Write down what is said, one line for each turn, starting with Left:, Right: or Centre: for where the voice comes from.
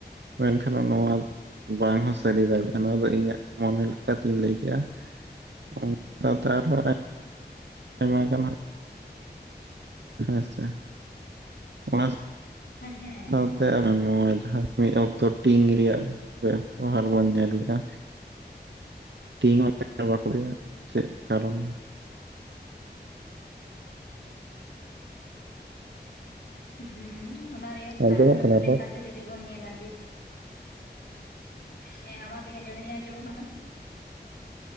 Right: ᱢᱮᱱᱠᱷᱟᱱ ᱱᱚᱣᱟ ᱵᱟᱝ ᱦᱚᱸ ᱥᱟᱹᱨᱤ ᱫᱟᱲᱮᱭᱟᱜ-ᱟ ᱱᱚᱣᱟ ᱫᱚ ᱤᱧᱟᱹᱜ ᱢᱚᱱᱮ ᱞᱮᱠᱟᱛᱤᱧ ᱞᱟᱹᱭ ᱠᱮᱜ-ᱟ ᱩᱸ <unintelligible> ᱟᱭᱢᱟ ᱜᱟᱱ, ᱦᱮᱸ ᱥᱮ, ᱚᱱᱟ
Left: ᱦᱮᱸ
Right: ᱥᱟᱶᱛᱮ
Left: ᱦᱮᱸ
Right: ᱟᱵᱚ ᱱᱚᱣᱟ ᱡᱟᱦᱟᱸ ᱢᱤᱫ ᱚᱠᱛᱚ ᱴᱤᱝ ᱨᱮᱭᱟᱜ ᱵᱮᱵᱚᱦᱟᱨ ᱵᱚᱱ ᱧᱮᱞ ᱞᱮᱜ-ᱟ ᱴᱤᱝ <unintelligible> ᱪᱮᱫ ᱠᱟᱨᱚᱱ
Left: ᱦᱩᱸ ᱚᱱᱟ ᱨᱮᱭᱟᱜ
Right: ᱟᱸᱡᱚᱢᱚᱜ
Left: ᱠᱟᱨᱚᱱ
Right: ᱠᱟᱱᱟ ᱨᱚᱲ
Left: ᱞᱮᱠᱟ ᱛᱮ ᱡᱩᱫᱤ ᱵᱚᱱ ᱧᱮᱞᱟ ᱡᱮ ᱦᱮᱸ ᱟᱢᱟᱜ <unintelligible> ᱟᱸᱡᱚᱢᱚᱜ ᱠᱟᱱᱟ?